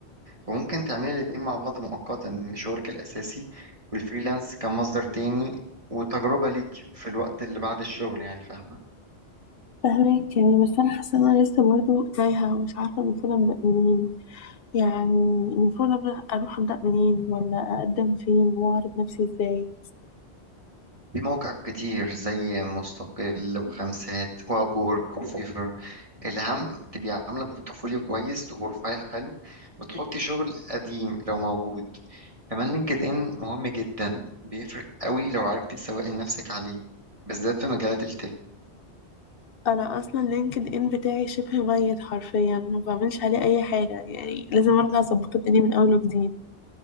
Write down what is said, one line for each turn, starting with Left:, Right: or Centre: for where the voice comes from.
Right: وممكن تعملي الاتنين مع بعض مؤقتا إن شغلك الأساسي والفريلانس كمصدر تاني وتجربة ليك في الوقت اللي بعد الشغل يعني فاهمة
Left: فاهمك يعني بس انا حاسه ان انا لسه برضو تايهه ومش عارفه المفروض ابدا منين يعني المفروض ابدا اروح ابدا منين ولا اقدم فين واعرض نفسي ازاي
Right: في مواقع كتير زي مستقل وخمسات وابورك وفيفر الأهم تبقي عاملة بورتفوليو كويس وبروفايل حلو وتحطي شغل قديم لو موجود كمان لينكد ان مهم جدا بيفرق قوي لو عرفت تسوقي لنفسك عليه بالذات في مجالات التك
Left: انا اصلا لينكد ان بتاعي شبه ميت حرفيا ما بعملش عليه اي حاجه يعني لازم ارجع اظبط الدنيا من اول وجديد